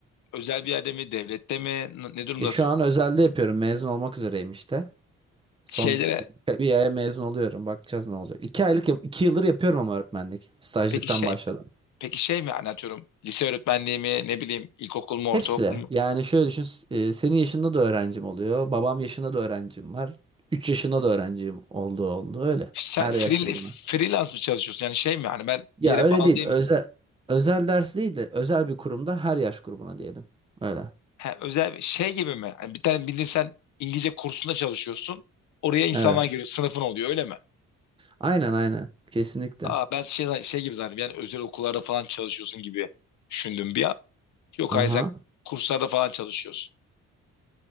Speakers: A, on the left (about 75°); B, on the right (about 15°).
A: özel bir yerde mi, devlette mi, n- ne durumdasın?
B: E, şu an özelde yapıyorum. Mezun olmak üzereyim işte. Son
A: Şeylere
B: bir aya mezun oluyorum. Bakacağız ne olacak. İki aylık, yap- iki yıldır yapıyorum ama öğretmenlik. Stajlıktan
A: peki şey
B: başladım.
A: peki şey mi yani atıyorum lise öğretmenliği mi, ne bileyim ilkokul mu,
B: Hepsi.
A: ortaokul mu?
B: Yani şöyle düşün, e, senin yaşında da öğrencim oluyor. Babam yaşında da öğrencim var. üç yaşında da öğrencim oldu oldu öyle.
A: Sen
B: Her
A: free,
B: yaş grubuna.
A: freelance mı çalışıyorsun? Yani şey mi yani ben
B: Ya
A: bir yere
B: öyle
A: bağlı
B: değil.
A: değil
B: Özel
A: misin?
B: özel ders değil de özel bir kurumda her yaş grubuna diyelim. Öyle.
A: Ha, özel bir şey gibi mi? Hani bir tane bildiğin sen İngilizce kursunda çalışıyorsun. Oraya insanlar
B: Evet.
A: giriyor, sınıfın oluyor öyle mi?
B: Aynen aynen. Kesinlikle.
A: Aa, ben şey, zan- şey gibi zannettim yani özel okullarda falan çalışıyorsun gibi düşündüm bir an. Yok
B: Aha.
A: hayır sen kurslarda falan çalışıyorsun.